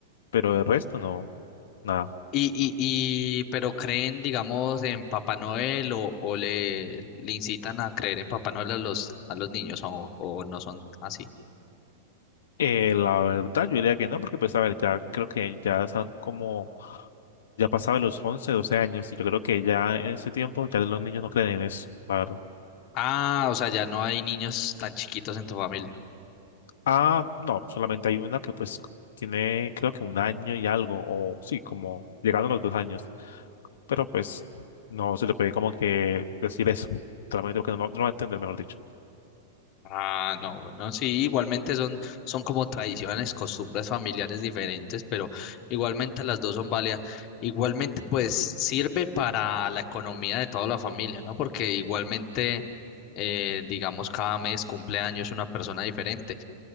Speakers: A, on the left; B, on the left.
A: Pero el resto no, nada.
B: Y, y, y, pero creen, digamos, en Papá Noel o, o le, le incitan a creer en Papá Noel a los, a los niños o, o no son así.
A: Eh, la verdad, yo diría que no, porque pues a ver, ya creo que ya están como, ya pasaba los 11 12 años, y yo creo que ya en ese tiempo ya los niños no creen en eso, la verdad.
B: Ah, o sea, ya no hay niños tan chiquitos en tu familia.
A: Ah, no, solamente hay una que pues tiene creo que un año y algo, o sí, como llegando a los dos años, pero pues no se le puede como que decir eso, solamente porque no, no lo va a entender, mejor dicho.
B: Ah, no, bueno, sí, igualmente son, son como tradiciones, costumbres familiares diferentes, pero igualmente las dos son válidas. Igualmente, pues sirve para la economía de toda la familia, ¿no? Porque igualmente, eh, digamos, cada mes cumpleaños una persona diferente.